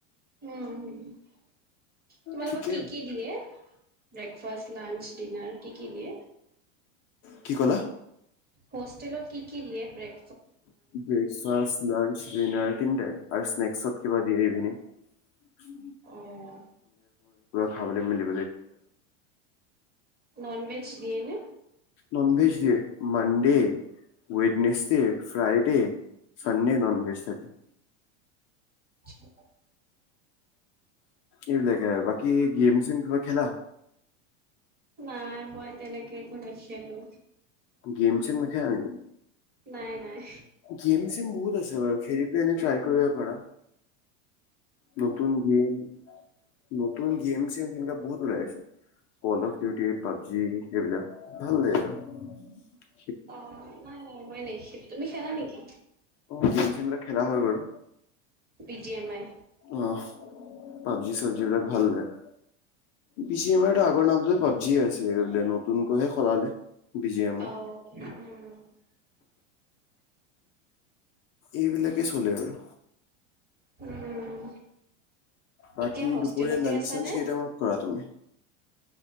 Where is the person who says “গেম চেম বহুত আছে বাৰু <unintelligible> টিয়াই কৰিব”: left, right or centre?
Left